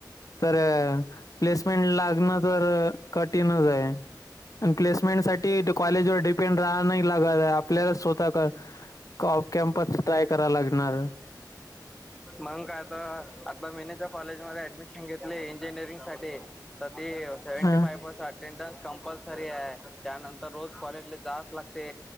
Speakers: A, on the left (about 50°); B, in the centre.
A: तरं प्लेसमेंट लागणं तरं कठीणं चं आहे प्लेसमेंट सांठी कॉलेज वरं डिपेंड रांह नाहीं लांग आपल्यांला स्वंतः कॅमपस ट्रायं करां लागणारं.
B: मंग कायं आंता आंता मीनीच्यां कॉलेजमध्यें ऍडमिशन घेतले इंजिनिअरिंग सांठी तरं ते सेव्हंटी
A: हा.
B: फांय पर्सेंट अटेंडन्स कंपल्सरी आहे त्यांनंतर रोजं कॉलेजले जांच लागते.